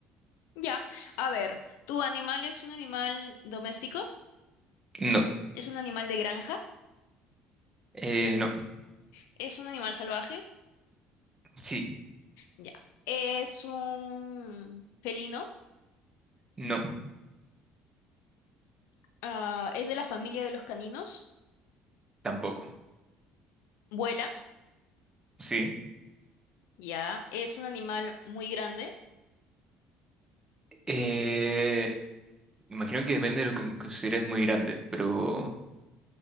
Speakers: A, on the left; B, on the right.
A: Ya. A ver, ¿tu animal es un animal doméstico?
B: No.
A: ¿Es un animal de granja?
B: Eh, no.
A: ¿Es un animal salvaje?
B: Sí.
A: Ya. ¿Es un felino?
B: No.
A: Ah, ¿es de la familia de los caninos?
B: Tampoco.
A: ¿Vuela?
B: Sí.
A: Ya. ¿Es un animal muy grande?
B: Eh, imagino que depende de lo que consideres muy grande, pero,